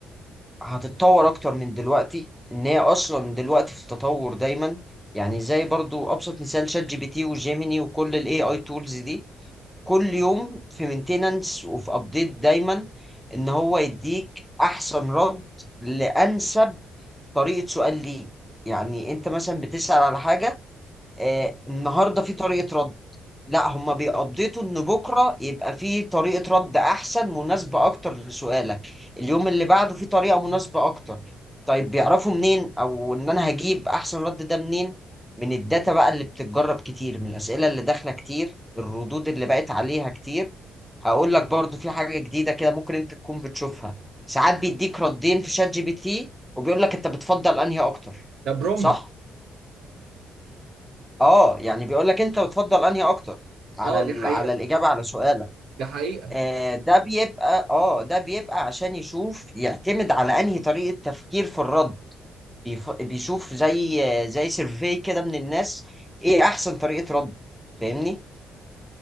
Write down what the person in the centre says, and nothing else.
هتتطور اكتر من دلوقتي ان هي اصلا دلوقتي في تطور دايما يعني زي برضو ابسط مثال شات جي بي تي وجيميني وكل الاي اي تولز دي كل يوم في مينتيننس وفي ابديت دايما ان هو يديك احسن رد لانسب طريقه سؤال ليك يعني انت مثلا بتسال على حاجه آه، النهارده في طريقه رد لا هما بيقضيتوا ان بكره يبقى في طريقه رد احسن مناسبه اكتر لسؤالك اليوم اللي بعده في طريقه مناسبه اكتر طيب بيعرفوا منين او ان انا هجيب احسن رد ده منين من الداتا بقى اللي بتتجرب كتير من الاسئله اللي داخله كتير الردود اللي بقت عليها كتير هقول لك برضو في حاجه جديده كده ممكن انت تكون بتشوفها ساعات بيديك ردين في شات جي بي تي وبيقول لك انت بتفضل انهي اكتر
صح اه يعني بيقول لك انت بتفضل انهي اكتر على
ال...
على الاجابه على سؤالك
آه، ده بيبقى اه ده بيبقى عشان يشوف يعتمد على انهي طريقة تفكير في الرد بيف- بيشوف زي آه، زي سيرفي كده من الناس ايه احسن طريقة رد فاهمني؟